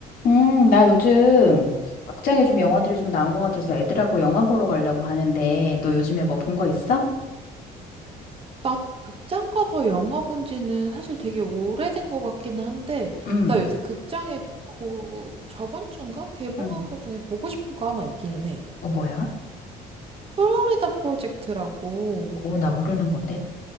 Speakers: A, on the left; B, on the right.
A: 음, 나 요즘 극장에 좀 영화들이 좀 나온 것 같아서 애들하고 영화 보러 가려고 하는데, 너 요즘에 뭐 본 거 있어?
B: 나 극장 가서 영화 본 지는 사실 되게 오래된 것 같기는 한데,
A: 음,
B: 나 요새 극장에 그, 저번 주인가? 개봉한
A: 음.
B: 것 중에 보고 싶은 거 하나 있기는 해.
A: 어, 뭐야?
B: 플로리다 프로젝트라고,
A: 어, 나 모르는 건데.